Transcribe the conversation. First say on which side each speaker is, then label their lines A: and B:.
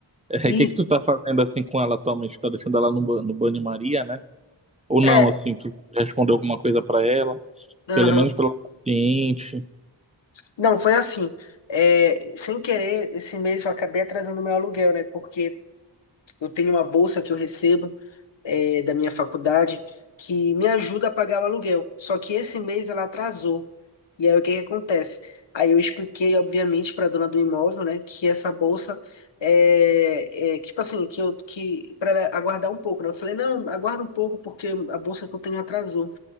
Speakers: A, on the right (about 15°); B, on the left (about 70°).
A: <laughs>
B: Isso.
A: o que que tu tá fazendo assim com ela atualmente? Tá deixando ela no, ba- no banho-maria, né? Ou não,
B: É,
A: assim, tu respondeu alguma coisa pra ela?
B: aham.
A: Pelo menos pela paciente
B: Não, foi assim. É, sem querer, esse mês eu acabei atrasando meu aluguel, né? Porque eu tenho uma bolsa que eu recebo eh, da minha faculdade que me ajuda a pagar o aluguel. Só que esse mês ela atrasou. E aí o que que acontece? Aí eu expliquei, obviamente, para a dona do imóvel, né, que essa bolsa é, é que, tipo assim, que eu que para ela aguardar um pouco, né? Eu falei, não, aguarda um pouco porque a bolsa que eu tenho atrasou.